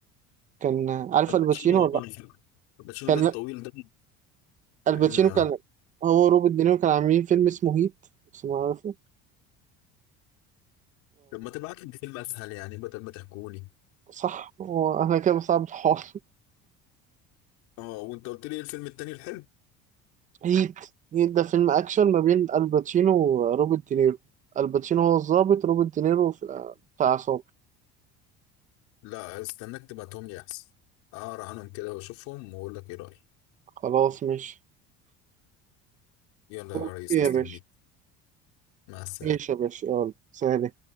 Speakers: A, on the right (about 25°); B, on the left (about 70°).
A: كان آه، عارف
B: الباتشينو
A: الباتشينو
B: اه
A: ولا
B: انا
A: لا
B: فاكره الباتشينو
A: كان
B: ده الطويل ده
A: الباتشينو
B: ال-
A: كان هو روبرت دينيرو كان عاملين فيلم اسمه هيت بس ما عارفه
B: طب ما تبعت لي فيلم اسهل يعني بدل ما تحكوني
A: وصح هو انا كده بصعب الحوار <laughs>
B: اه وانت قلت لي إيه الفيلم التاني الحلو
A: هيت هيت ده فيلم اكشن ما بين الباتشينو وروبرت دينيرو الباتشينو هو الضابط روبرت دينيرو في- بتاع عصابة
B: لا استناك تبعتهم لي احسن اقرا عنهم كده واشوفهم واقول لك ايه رايي
A: خلاص ماشي
B: يلا
A: اوكي
B: يا ريس
A: يا
B: مستنيك
A: باشا
B: مع السلامه
A: ماشي يا باشا يلا سلام